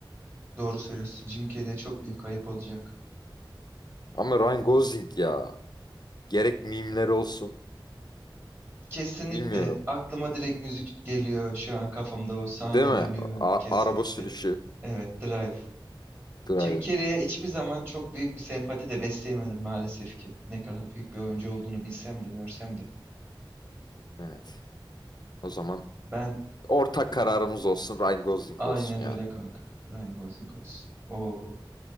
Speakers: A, on the right (about 25°); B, on the left (about 55°).
A: doğru söylüyorsun. Jim Carrey'e çok büyük ayıp olacak.
B: Ama Ryan Gosling ya. Gerek mimleri olsun.
A: Kesinlikle
B: Bilmiyorum.
A: aklıma direkt müzik geliyor. Şu an kafamda o sahne
B: Değil mi?
A: dönüyor
B: A-
A: kesinlikle.
B: araba sürüşü.
A: Evet, Drive.
B: Drive.
A: Jim Carrey'e hiçbir zaman çok büyük bir sempati de besleyemedim maalesef ki. Ne kadar büyük bir oyuncu olduğunu bilsem de görsem de.
B: Evet. O zaman
A: Ben
B: Ortak kararımız olsun Ryan Gosling
A: aynen
B: olsun ya.
A: öyle kanka. Ryan Gosling olsun. Oo,